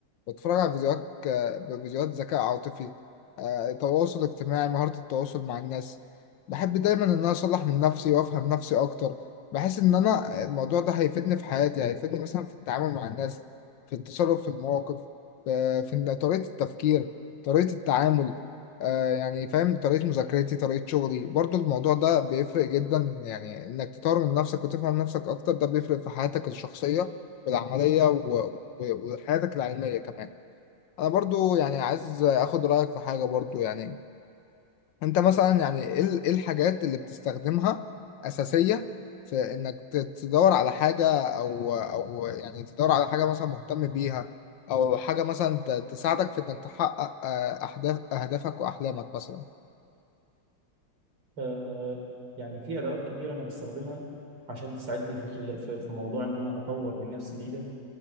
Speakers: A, on the left; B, on the right.
A: بتفرج على فيديوهات ك- فيديوهات ذكاء عاطفي آه، تواصل اجتماعي مهارة التواصل مع الناس بحب دايما ان انا اصلح من نفسي وافهم نفسي اكتر بحس ان انا الموضوع ده هيفيدني في حياتي هيفيدني مثلا في التعامل مع الناس في التصرف في المواقف في في إن طريقة التفكير طريقة التعامل آه، يعني فاهم طريقة مذاكرتي طريقة شغلي برضو الموضوع ده بيفرق جدا يعني انك تطور من نفسك وتفهم نفسك اكتر ده بيفرق في حياتك الشخصية والعملية و- وحياتك العلمية كمان أنا برضو يعني عايز أخد رأيك في حاجة برضو يعني أنت مثلا يعني إيه ال- إيه الحاجات اللي بتستخدمها أساسية في إنك ت- تدور على حاجة أو أو يعني تدور على حاجة مثلا مهتم بيها أو حاجة مثلا ت- تساعدك في إنك تحقق آه، أهداف أهدافك وأحلامك مثلا
B: آه، يعني في أدوات كتير أنا بستخدمها عشان تساعدني في خل... في في موضوع إن أنا أطور من نفسي دي ده.